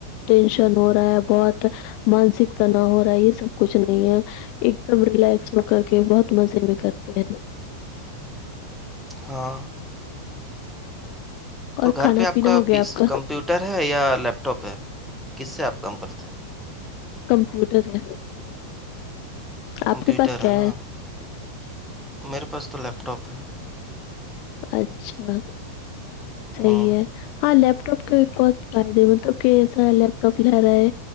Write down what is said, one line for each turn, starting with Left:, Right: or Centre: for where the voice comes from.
Left: ٹینشن ہو رہا ہے بہت مانسکتا نہ ہو رہا ہے یہ سب کچھ نہیں ہے ایک دم ریلیکس ہو کر کے بہت مزے میں کرتے ہیں نا
Centre: ہاں تو
Left: اور
Centre: گھر
Left: کھانا
Centre: پہ آپ
Left: پینا
Centre: کا
Left: ہو گیا
Centre: پیس
Left: آپ کا
Centre: کمپیوٹر ٹر ہے یا لیپ ٹاپ ہے کس سے آپ کام کرتے
Left: کمپیوٹر ہے
Centre: کمپیوٹر
Left: آپ کے پاس کیا
Centre: ہے نا میرے پاس تو لیپ ٹاپ ہے
Left: اچھا صحیح
Centre: ہوں
Left: ہے ہاں لیپ ٹاپ کے بہت فائدے مطلب کہساء ال پ لہرا ہے